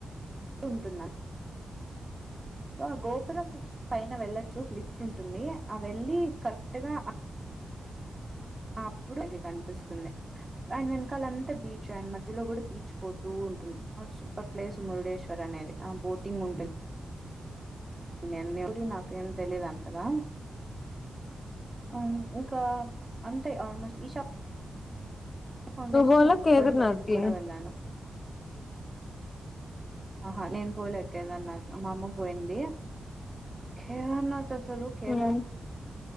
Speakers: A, on the right (about 30°); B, on the left (about 45°).
A: ఉంటున్నా సో ఆ గోపురం పైన వెళ్లొచ్చు లిఫ్ట్ ఉంటుంది. ఆ వెళ్ళి కరెక్ట్ గా ఆ అప్పుడు పైకి కనిపిస్తుంది. ఆయన వెనకాల అంతా బీచ్ ఆయన మధ్యలో కూడా బీచ్ పోతూ ఉంటుంది. సూపర్ ప్లేస్ మురుడేశ్వర్ అనేది ఆ బోటింగ్ ఉంటది. నేన్ గుడి నాకేం తెలిదు అంతగా. అవును ఇంకా అంతే ఆల్మోస్ట్ ఈషా ఫౌండేషన్
B: నువ్వు పోలే కేదార్నాథ్‌కి
A: కోయంబత్తూర్ కూడా వెళ్ళాను. ఆహా నేను పోలేద్ కేదరనాథ్ మా అమ్మ పోయింది. కేదరనాథ్ అస్సలు కేదా
B: ఉమ్